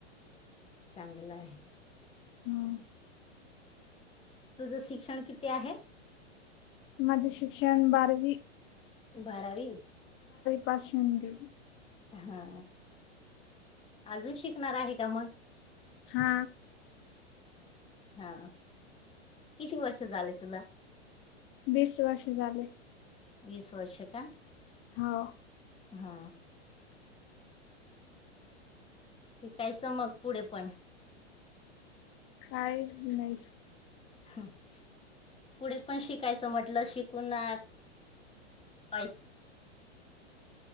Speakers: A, on the left (about 15°); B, on the left (about 35°).
A: चांगलं आहे
B: हं
A: तुझशी क्षण किती आहे
B: माझे शिक्षण बारवी
A: बारावी
B: पास होऊन दिल
A: हा अजून शिकणार आहे का मग
B: हा
A: हा किती वर्ष झाले तुला
B: बीस वर्ष झाले
A: वीस वर्ष का
B: हो
A: हा कि काही समग पुढे पण
B: काय नाही
A: हम् पुढे पण शिकायचं म्हटलं शिकूना च